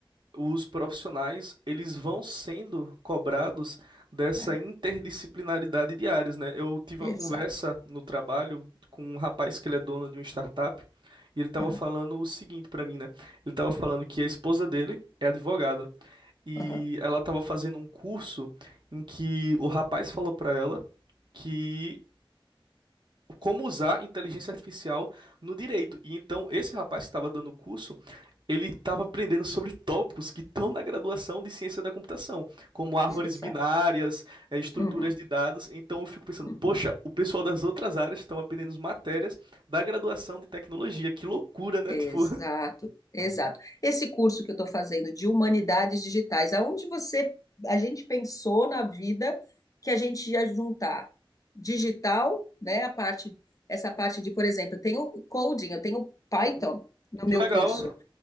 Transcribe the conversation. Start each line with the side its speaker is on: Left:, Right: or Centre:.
Right: os profissionais, eles vão sendo cobrados dessa
Left: É,
Right: interdisciplinaridade de áreas, né? Eu tive
Left: exato.
Right: uma conversa no trabalho com um rapaz que ele é dono de uma startup e ele estava
Left: Aham,
Right: falando o seguinte para mim, né? Ele estava falando que a esposa dele é advogada e
Left: aham,
Right: ela estava fazendo um curso em que o rapaz falou para ela que como usar inteligência artificial no direito. E então esse rapaz que estava dando o curso ele estava aprendendo sobre tópicos que estão na graduação de ciência da computação, como árvores
Left: exato.
Right: binárias, eh, estruturas
Left: Uhum,
Right: de dados. Então eu fico pensando,
Left: uhum.
Right: poxa, o pessoal das outras áreas estão aprendendo as matérias da graduação de tecnologia. Que loucura, né?
Left: Exato,
Right: Tipo,
Left: exato. Esse curso que eu estou fazendo de humanidades digitais, aonde você, a gente pensou na vida que a gente ia juntar digital, né? A parte, essa parte de, por exemplo, eu tenho coding, eu tenho
Right: <laughs>
Left: Python
Right: uhum,
Left: no
Right: que
Left: meu
Right: legal.
Left: curso,